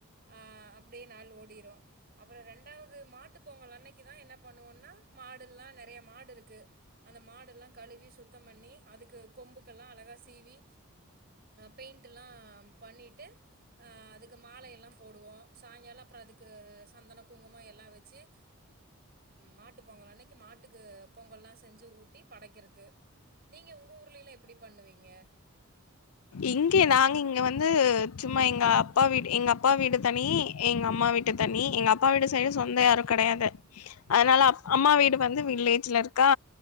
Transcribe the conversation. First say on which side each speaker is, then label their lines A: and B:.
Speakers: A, on the right; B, on the left.
A: ஆஹ் அப்டியே நாள் ஓடிரும் அப்பறம் ரெண்டாவது மாட்டு பொங்கல் அன்னைக்கு தான் என்ன பண்ணுவோனா மாடுலாம் நெறையா மாடு இருக்குது அந்த மாடுெல்லாம் கழுவி சுத்தம் பண்ணி அதுக்கு கொம்புக்கெல்லாம் அழகாக சீவி பெயிண்ட்டலாம் பண்ணிட்டு அதுக்கு மாலயெல்லாம் போடுவோம் சாயங்காலம் அப்பறம் அதுக்கு சந்தன குங்குமம் எல்லாம் வச்சுஹ மாட்டு பொங்கல் அன்னைக்கு மாட்டுக்கு பொங்கல்லாம் செஞ்சு ஊட்டி படைக்கிறது நீங்க உங்க ஊர்லல்லாம் எப்டி பண்ணுவீங்க
B: இங்கே நாங்க இங்க வந்து சும்மா எங்க அப்பா வீடு எங்க அப்பா வீடு தனி எங்க அம்மா வீட்டு தனி எங்க அப்பா வீடு சைடு சொந்த யாரும் கிடையாது அதனால அம்மா வீடு வந்து வில்லேஜ்ல இருக்கா